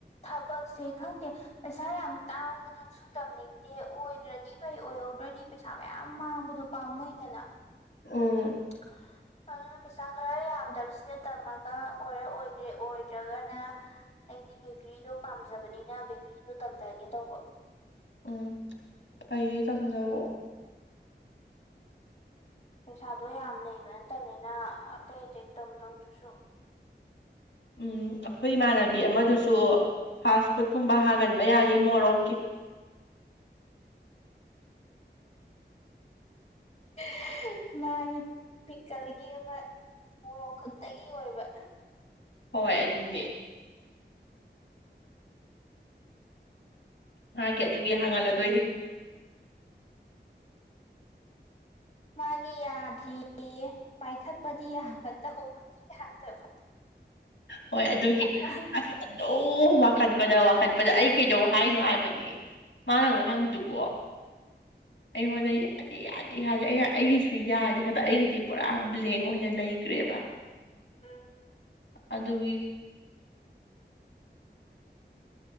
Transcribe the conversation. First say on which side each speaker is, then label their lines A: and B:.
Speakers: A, on the left; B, on the left.
A: ꯊꯕꯛꯁꯦ ꯈꯪꯗꯦ ꯄꯩꯁꯥ ꯌꯥꯝ ꯇꯥꯡꯕꯗꯨꯖꯨ ꯁꯨ ꯇꯝꯅꯤꯡꯗꯦ ꯑꯣꯏꯒ꯭ꯔꯗꯤ ꯐꯩ ꯑꯣꯏꯍꯧꯗ꯭ꯔꯗꯤ ꯄꯩꯁꯥ ꯃꯌꯥꯝ ꯃꯥꯡꯕꯗꯣ ꯄꯥꯝꯃꯨꯏꯗꯅ
B: ꯎꯝ
A: <unintelligible> ꯑꯗꯨꯅ ꯄꯩꯁꯥ ꯈꯔ ꯌꯥꯝꯗꯕꯁꯤꯗ ꯇꯝꯃꯒ ꯑꯣꯏꯔ ꯑꯣꯏꯒ꯭ꯔꯦ ꯑꯣꯏꯗ꯭ꯔꯒꯅ ꯑꯩꯗꯤ ꯕꯦꯀ꯭ꯔꯤꯗꯣ ꯄꯥꯝꯖꯕꯅꯤꯅ ꯕꯦꯀ꯭ꯔꯤꯗꯣ ꯇꯝꯗꯒꯦ ꯇꯧꯕ
B: ꯎꯝ ꯐꯩꯌꯦ ꯇꯝꯗꯧꯑꯣ
A: ꯄꯩꯁꯥꯗꯣ ꯌꯥꯝ ꯂꯩꯕ ꯅꯠꯇꯝꯅꯤꯅ ꯑꯇꯩ ꯑꯇꯩ ꯇꯝꯗꯧꯗꯨꯁꯨ
B: ꯎꯝ ꯑꯩꯈꯣꯏ ꯏꯃꯥꯟꯅꯕꯤ ꯑꯃꯗꯨꯁꯨ ꯐꯥꯁ ꯐꯨꯠ ꯀꯨꯝꯕ ꯍꯥꯡꯍꯟꯕ ꯌꯥꯅꯤ ꯃꯣꯔꯣꯛꯀꯤ <inaudible>
A: <unintelligible> ꯃꯥꯒꯤ ꯄꯤꯛꯀꯜꯒꯤ ꯑꯃ ꯃꯣꯔꯣꯛ ꯈꯛꯇꯒꯤ ꯑꯣꯏꯕ
B: ꯍꯣꯏ ꯑꯗꯨꯅꯦ ꯃꯥꯒꯤ ꯑꯗꯨꯒꯤ ꯍꯥꯡꯍꯜꯂꯗꯣꯏꯅꯤ
A: ꯃꯥꯒꯤ ꯌꯥꯗ꯭ꯔꯤꯌꯦ ꯄꯥꯏꯈꯠꯄꯗꯤ ꯌꯥꯕ ꯇꯧꯕꯗꯤ ꯗꯤ ꯌꯥꯗꯕ
B: ꯍꯣꯏ ꯑꯗꯨꯒꯤ
A: ꯃꯥꯁꯦ
B: ꯑꯁ ꯑꯗꯨꯝ ꯋꯥꯛ ꯈꯠꯄꯗ ꯋꯥꯀꯠꯄꯗ ꯑꯩ ꯀꯩꯗꯧ ꯍꯥꯏꯅꯣ ꯍꯥꯏꯕꯅꯤ ꯃꯥꯅ ꯉꯥꯡꯉꯤꯗꯨꯕꯣ ꯑꯩꯉꯣꯟꯗ ꯌꯥꯠ ꯗ‌ꯦ ꯌꯥꯗꯦ ꯌꯥꯗꯦ ꯑꯩꯅ ꯑꯩꯒꯤꯁꯨ ꯌꯥꯗꯦ ꯍꯥꯏꯕ ꯑꯩꯒꯤꯗꯤ ꯄꯨꯔꯥ ꯕ꯭ꯂꯦꯡ ꯑꯣꯏꯅ ꯂꯩꯒ꯭ꯔꯦꯕ
A: ꯎꯝ
B: ꯑꯗꯨꯒꯤ